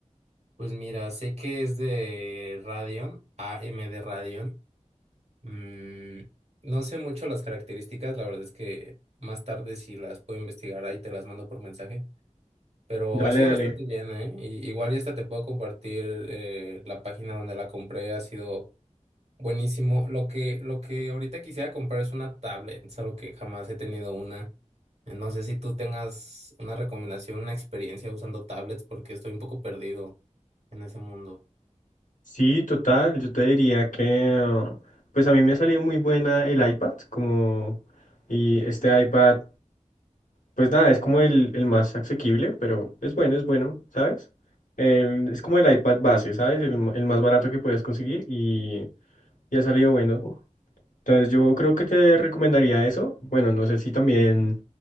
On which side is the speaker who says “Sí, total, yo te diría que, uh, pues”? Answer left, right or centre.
Left